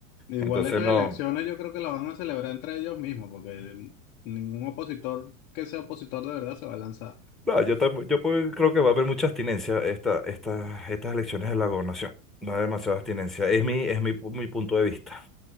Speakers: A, on the left; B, in the centre.
A: Igual
B: Entonces
A: estas
B: no,
A: elecciones yo creo que las van a celebrar entre ellos mismos, porque ningún opositor que sea opositor de verdad se va a lanzar.
B: no, yo tam- yo puedo- creo que va a haber mucha abstinencia esta, esta, estas elecciones de la gobernación. Va a haber demasiada abstinencia. Es mi, es mi, pu- mi punto de vista.